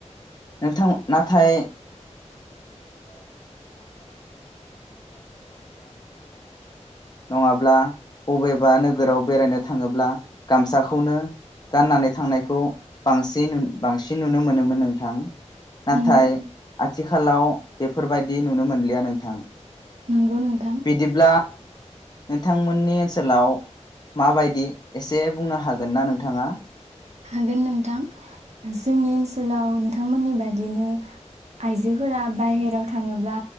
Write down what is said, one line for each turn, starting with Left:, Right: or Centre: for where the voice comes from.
Left: नोंथां नाथाय नङाब्ला बबेबा नोगोराव बेरायनो थाङोब्ला गामसाखौनो गाननानै थांनायखौ बांसिन बांसिन नुनो मोनोमोन नोंथां नाथाय
Right: नंगौ
Left: आथिखालाव बेफोरबायदि नुनो मोनलिया नोंथां
Right: नंगौ नोंथां
Left: बिदिब्ला नोंथांमोननि ओनसोलाव माबायदि एसे बुंनो हागोन ना नोंथाङा
Right: हागोन नोंथां जोंनि ओनसोलाव नोंथांमोननि बादिनो आइजोफोरा बाहेरायाव थाङोब्ला